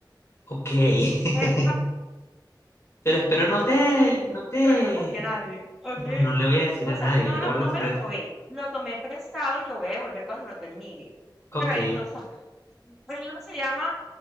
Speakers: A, on the left (about 35°); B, in the centre.
A: Ok. <laughs>
B: Eh,
A: Pero espero no te,
B: ja,
A: no te,
B: No le bajaste a nadie, ¿ok?
A: no, no le voy a decir
B: O
A: a
B: sea,
A: nadie,
B: no,
A: yo te
B: no,
A: guardo
B: no
A: el
B: me
A: secreto.
B: lo robé, lo tomé prestado y lo voy a devolver cuando lo termine.
A: Ok.
B: Pero ellos no saben. El libro se llama